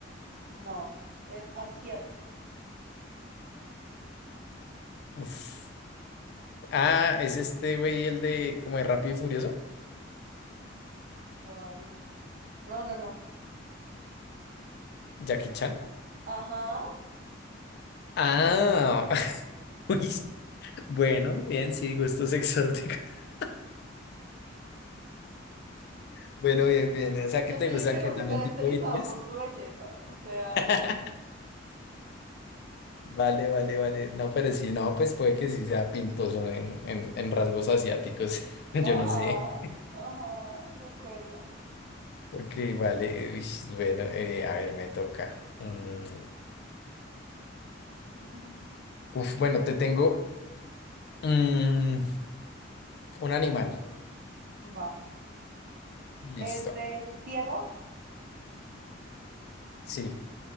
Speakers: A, on the right; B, on the left.
A: No, es asiático.
B: Uf. Ah, es este güey, el de como de Rápido y Furioso,
A: ¿Cuál? No, no, no.
B: Jackie Chan.
A: Ajá.
B: Ah, <laughs> uy, bueno, bien, sí, gustos exóticos. <laughs> Bueno, bien,
A: Yo,
B: bien. O sea,
A: yo
B: ¿qué te
A: te dije
B: gustan?
A: que no
B: ¿Que también
A: se caracterizaba
B: tipo BTS?
A: por su belleza, o sea,
B: <laughs> Vale, vale, vale. No, pero sí, no, pues puede que sí sea pintoso en, en, en rasgos asiáticos. <laughs> Yo
A: ajá,
B: no sé.
A: ajá, de acuerdo.
B: Ok, vale. uy, bueno, eh, a ver, me toca. Mm,
A: <laughs>
B: Uf, bueno, te tengo. mm, Un animal.
A: Va.
B: Listo.
A: ¿Es de tierra?
B: Sí.